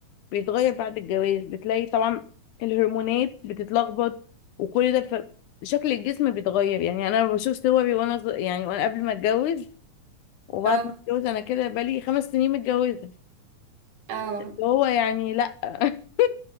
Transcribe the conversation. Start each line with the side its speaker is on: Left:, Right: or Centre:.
Left: بيتغير بعد الجواز بتلاقي طبعا الهرمونات بتتلخبط وكل ده ف... شكل الجسم بيتغير يعني أنا بشوف صوري وأنا ص- يعني وأنا قبل ما أتجوز وبعد
Right: اه
Left: ما أتجوز أنا كده بقالي خمس سنين متجوزة
Right: اه <laughs>
Left: فهو يعني لأ <laughs>